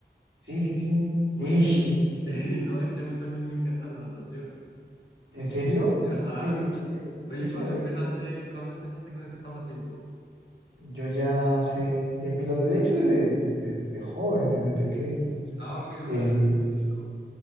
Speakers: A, on the right (about 80°); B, on the left (about 90°).
A: Sí, sí, sí. <laughs>
B: Oye, <laughs> eh, no,
A: Y,
B: es que a mí también me encanta la natación.
A: ¿en serio?
B: Ajá.
A: Oye, qué chévere,
B: Oye,
A: qué chévere,
B: ¿cuándo empezaste,
A: qué chévere.
B: ¿cuándo empezaste con ese pasatiempo?
A: Yo ya hace un tiempito, de hecho, desde, desde joven, desde pequeño.
B: Ah, ok, lo
A: eh,
B: haces desde chico.